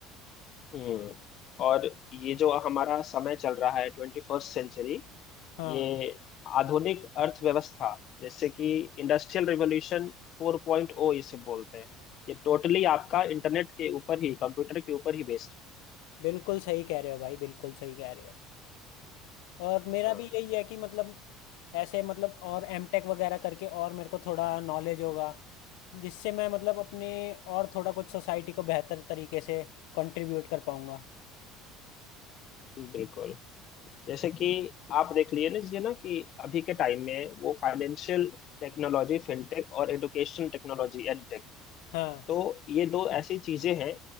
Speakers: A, on the left; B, on the left.
A: हम्म और ये जो हमारा समय चल रहा है ट्वेंटी फर्स्ट सेंचुरी
B: हाँ
A: ये आधुनिक अर्थव्यवस्था जैसे कि इंडस्ट्रियल रिवॉल्यूशन 4.0 इसे बोलते हैं ये टोटली आपका इंटरनेट के ऊपर ही कंप्यूटर के ऊपर ही बेस्ड
B: बिल्कुल सही कह रहे हो भाई बिल्कुल सही कह रहे हो और मेरा
A: हाँ
B: भी यही है कि मतलब ऐसे मतलब और एमटेक वगैरह करके और मेरे को थोड़ा नॉलेज होगा जिससे मैं मतलब अपने और थोड़ा कुछ सोसाइटी को बेहतर तरीके से कंट्रीब्यूट कर पाऊंगा
A: बिल्कुल जैसे कि आप देख लिए ना जी ना कि अभी के टाइम में वो फाइनेंशियल टेक्नोलॉजी फिनटेक और एडुकेशन टेक्नोलॉजी एडटेक
B: हाँ
A: तो ये दो ऐसी चीजें हैं